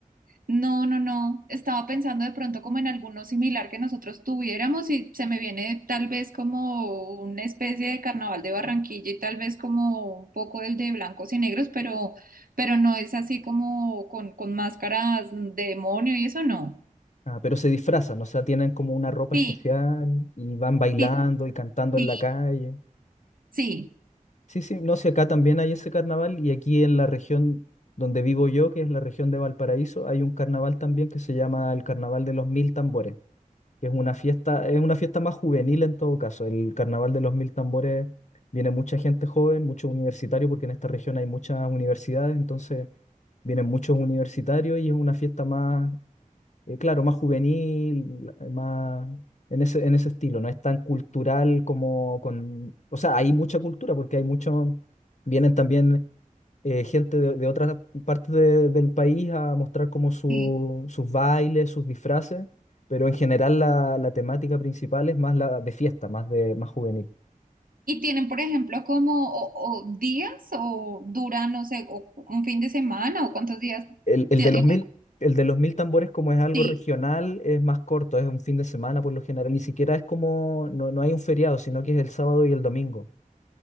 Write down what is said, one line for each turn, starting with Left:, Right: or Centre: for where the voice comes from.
Right: No, no, no. Estaba pensando de pronto como en alguno similar que nosotros tuviéramos y se me viene tal vez como una especie de carnaval de Barranquilla y tal vez como un poco el de blancos y negros, pero, pero no es así como con, con máscaras de demonio y eso no.
Left: Ah, pero se disfrazan, o sea, tienen como una ropa
Right: Sí,
Left: especial y van bailando
Right: sí,
Left: y cantando
Right: sí,
Left: en la calle.
Right: sí,
Left: Sí, sí, no sé, acá también hay ese carnaval y aquí en la región donde vivo yo, que es la región de Valparaíso, hay un carnaval también que se llama el Carnaval de los Mil Tambores, que es una fiesta, es una fiesta más juvenil en todo caso. El Carnaval de los Mil Tambores viene mucha gente joven, muchos universitarios, porque en esta región hay muchas universidades, entonces vienen muchos universitarios y es una fiesta más eh, claro, más juvenil, eh, más en ese, en ese estilo, no es tan cultural como con, o sea, hay mucha cultura porque hay mucho, vienen también eh, gente de, de otras partes de- del país a mostrar como su-
Right: sí.
Left: sus bailes, sus disfraces, pero en general la, la temática principal es más la de fiesta, más de, más juvenil.
Right: Y tienen, por ejemplo, como o, o días o duran, no sé, o un fin de semana o cuántos días.
Left: El, el
Right: ti-
Left: de
Right: eh,
Left: los mil, el de los mil tambores, como es algo
Right: sí,
Left: regional, es más corto, es un fin de semana por lo general, ni siquiera es como, no, no hay un feriado, sino que es el sábado y el domingo.